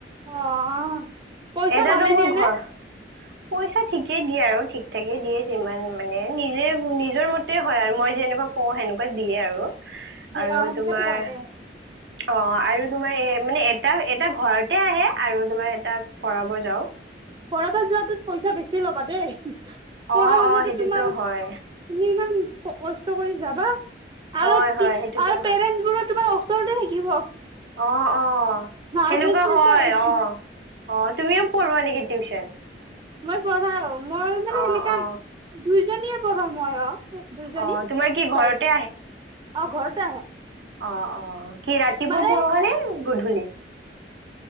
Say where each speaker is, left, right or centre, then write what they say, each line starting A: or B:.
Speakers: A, on the right; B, on the right.
A: অহ' পইচা
B: এটাতো
A: ভালে
B: মোৰ
A: দিয়ে নে?
B: ঘৰ পইচা ঠিকেই দিয়ে আৰু। ঠিক থঠাকে দিয়ে, যিমান মানে নিজে, নিজৰ মতে। সেইটোৱেই হয় আৰু, মই যে এনেকুৱা কওঁ সেনেকুৱা দিয়ে আৰু।
A: দি
B: আৰু
A: অ সেনেকাতো
B: তোমাৰ
A: ভালে
B: অ আৰু তোমাৰ মানে এটা এটা ঘৰতে আহে আৰু তোমাৰ এটা পঢ়াব যাওঁ।
A: কৰবাত যোৱাটোত পইচা বেছি ল'বা দেই। <unintelligible>
B: অ
A: ক বাতচ্চাটো
B: অ সেইটোতো
A: তোমাৰ। তুমি
B: হয়
A: ইমান কষ্ট কৰি যাবা।
B: হয়
A: আৰু টি।
B: হয় সেইটোতো
A: আৰু পেৰেন্টছ বোৰো তোমাৰ ওচৰতে শিকিব।
B: অহ', অহ'
A: নাৰ্ভাচনেচ
B: সেনেকুৱা হয়।
A: আহিছে
B: অহ', অহ, তুমিও পঢ়োৱা নেকি। টিউচন।
A: মই পঢ়াও। মই মানে
B: অ
A: সেনেকা
B: অ
A: দুইজনীয়ে, পঢ়া মই অহ,। দুইজনী
B: অ তোমাৰ কি
A: ছোৱালী।
B: ঘৰতে
A: অহ, ঘৰতে আহে।
B: অহ', অহ' কি ৰাতিপুৱা
A: মানে
B: পঢ়োৱা নে গধূলি।